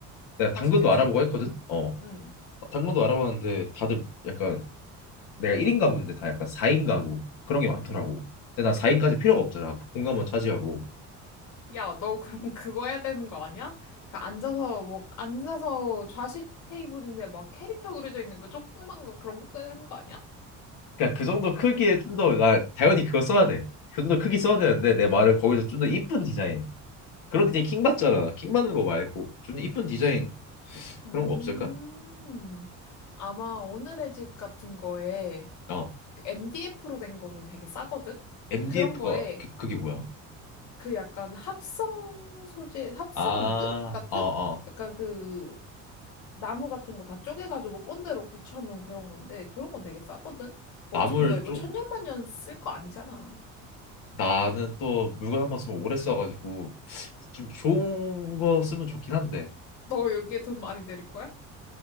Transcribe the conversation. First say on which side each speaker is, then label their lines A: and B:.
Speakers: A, on the left; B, on the left.
A: 내가
B: 좌식
A: 당근도
B: 책상?
A: 알아보고 했거든. 어,
B: 응,
A: 당근도 알아봤는데 다들 약간 내가 1인 가구인데 다 약간 4인
B: 응,
A: 가구 그런 게 많더라고.
B: 응.
A: 근데 나 4인까지 필요가 없잖아. 공간만 차지하고.
B: 야, 너 그럼 <laughs> 그거 해야 되는 거 아니야? 그 앉아서 뭐 앉아서 좌식 테이블인데 막 캐릭터 그려져 있는 거 조그만 거 그런 거 써야 되는 거 아니야?
A: 그냥 그 정도 크기에 좀 더 나 당연히 그거 써야 돼. 그 정도 크기 써야 되는데 내 말을 거기서 좀 더 이쁜 디자인. 그런 디자인 킹 받잖아. 킹 받는 거 말고 좀 더 이쁜 디자인
B: 음,
A: 그런 거 없을까?
B: 아마 오늘의 집 같은 거에
A: 어.
B: MDF로 된 거는 되게 싸거든?
A: MDF가
B: 그런 거에
A: 그, 그게 뭐야?
B: 그 약간 합성 소재, 합성
A: 아,
B: 우드 같은?
A: 어, 어.
B: 약간 그 나무 같은 거 다 쪼개가지고 본드로 붙여놓은 그런 건데 그런 건 되게 싸거든? 뭐
A: 나무를
B: 어차피 너 이거
A: 쪼
B: 천년만년 쓸 거 아니잖아.
A: 나는 또 물건 한 번 쓰면 오래 써가지고 좀 좋은 거 쓰면 좋긴 한데
B: 너 여기에 돈 많이 들일 거야?